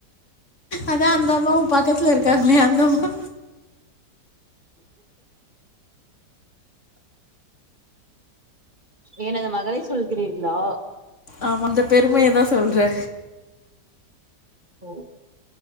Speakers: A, on the left; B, on the right.
A: அதா அந்த அம்மா உன் பாக்கத்துல இருக்காங்களே அந்த அம்மா
B: எனது மகளை சொல்கிறீர்களா
A: ஆம் அந்த பெருமையதா சொல்றே
B: ஓ